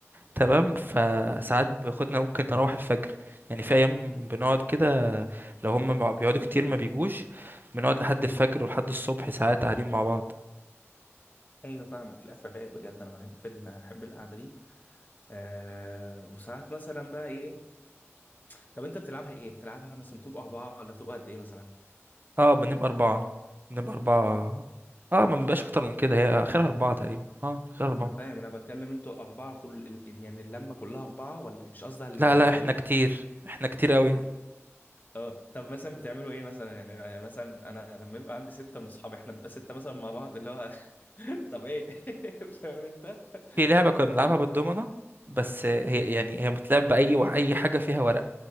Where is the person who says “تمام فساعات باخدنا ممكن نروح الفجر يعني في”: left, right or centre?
Right